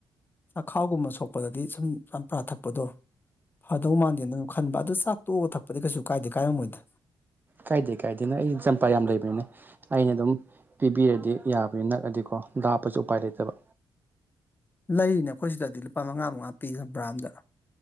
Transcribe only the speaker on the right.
ꯀꯥꯏꯗꯦ ꯀꯥꯏꯗꯦ ꯅ ꯑꯩꯗꯤ ꯆꯝꯄ ꯌꯥꯝ ꯂꯩꯕꯅꯤꯅꯦ ꯑꯩꯅ ꯑꯗꯨꯝ ꯄꯤꯕꯤꯔꯗꯤ ꯌꯥꯕꯅꯤ ꯅꯛꯑꯗꯤꯀꯣ ꯂꯥꯞꯄꯁꯨ ꯎꯄꯥꯏ ꯂꯩꯇꯕ